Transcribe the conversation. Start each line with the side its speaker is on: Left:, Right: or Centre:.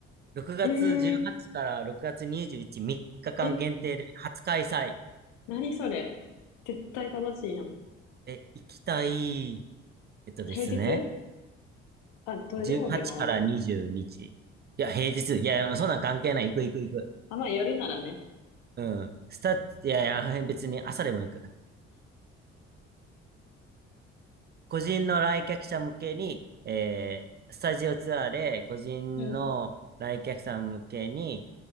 Right: 6月18から6月21、
Left: えー、
Right: 3日間限定で初開催。
Left: え、何それ。絶対楽しいやん。
Right: え、行きたい、えっとですね、
Left: 平日あ、土曜日もあるか。
Right: 18から20日。いや、平日。いや、いやそんなん関係ない。行く行く行く。
Left: あ、まあ夜ならね。
Right: うん。スタいやいや、別に朝でも行く。個人の来客者向けに、えースタジオツアーで、個人の来客さん向けに、
Left: うん。